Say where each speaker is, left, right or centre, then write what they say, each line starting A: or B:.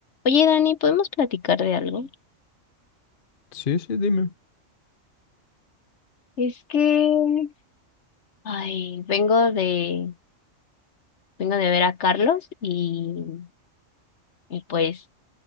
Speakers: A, on the left (about 60°); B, on the left (about 45°).
A: Oye, Dani, ¿podemos platicar de algo?
B: Sí, sí, dime.
A: Es que, ay, vengo de, vengo de ver a Carlos y, y pues